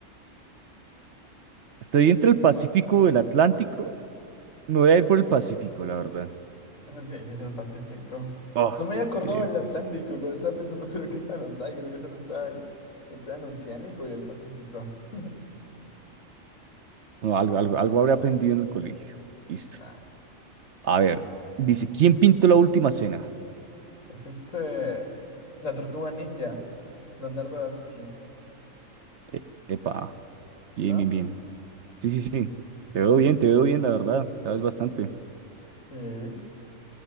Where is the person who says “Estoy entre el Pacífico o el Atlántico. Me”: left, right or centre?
Right